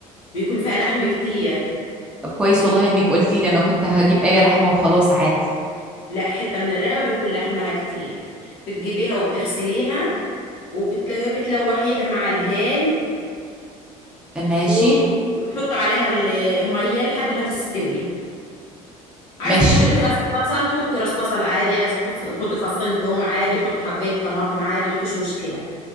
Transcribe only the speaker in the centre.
طب كويس والله إنِّك قُلتِ لي، أنا كنت هاجيب أي لحمة وخلاص عادي.
ماشي،
ماشي.